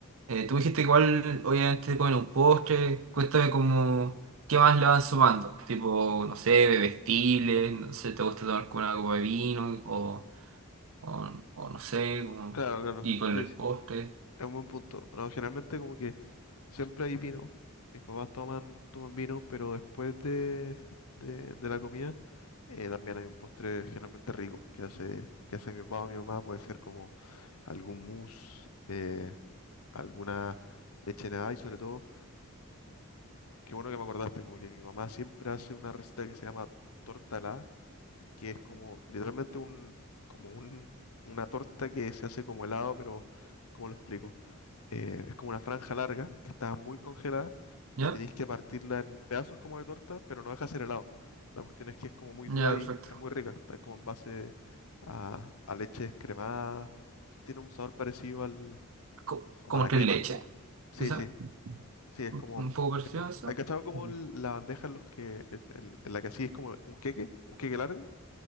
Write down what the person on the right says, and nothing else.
eh, tú dijiste igual, obviamente comen un postre, cuéntame como, ¿qué más le van sumando? Tipo, no sé, bebestibles, no sé, ¿te gusta tomar con una copa de vino? O, o, o no sé, como,
y con
el
postre.
¿Ya?
Ya,
perfecto.
Co-
¿Como
tres
leches?
¿Quizá?
¿Un
un poco parecido
a eso?
Mm.